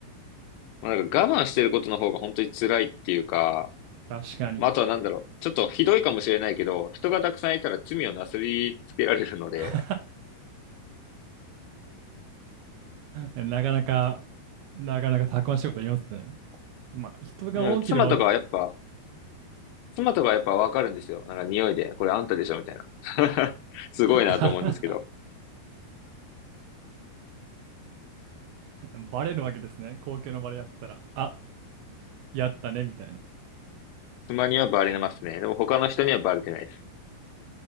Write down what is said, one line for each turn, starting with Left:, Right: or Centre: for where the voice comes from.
Left: まあ、なんか我慢してることの方が本当に辛いっていうか、
Right: 確かに。
Left: まあ、あとはなんだろう。ちょっとひどいかもしれないけど、人がたくさんいたら罪をなすりつけられるので、
Right: <laughs> なかなかなかなかたくましいこと言いますね。まあ、人が多ければ多い
Left: でもなんか妻とかはやっぱ
Right: <laughs>
Left: 妻とかやっぱわかるんですよ。なんか匂いで、これあんたでしょみたいな。<laughs> すごいなと思うんですけど。
Right: か <laughs> バレるわけですね。公共の場でやったら、あ、やったね、みたいな。
Left: 妻にはバレますね。でも他の人にはバレてないです。